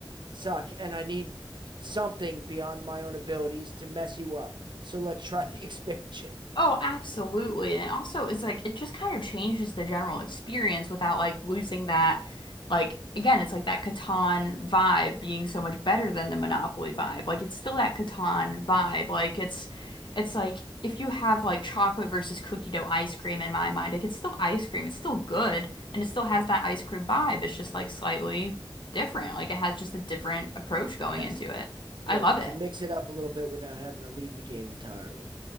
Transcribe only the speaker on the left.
Oh, absolutely. And it also is like it just kind of changes the general experience without like losing that like again, it's like that Catan vibe being so much better than the Monopoly vibe. Like it's still that Catan vibe. Like it's it's like if you have like chocolate versus cookie dough ice cream in my mind, like it's still ice cream. It's still good and it still has that ice cream vibe. It's just like slightly different. Like it has just a different approach going
into it. I
love
it.